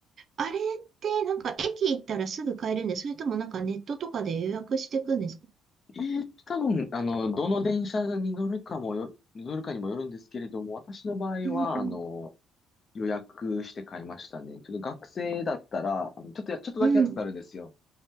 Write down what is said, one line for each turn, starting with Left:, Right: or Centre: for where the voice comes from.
Right: あれってなんか駅行ったらすぐ買えるんで、それともなんかネットとかで予約していくんですか
Left: えー、多分、あの、どの電車に乗るかもよ、乗るかにもよるんですけれども、私の場合は、
Right: うん
Left: あの、予約して買いましたね。ちょっと学生だったら、あのちょっとや、ちょっとだけ安くなるんですよ。
Right: うん。うん。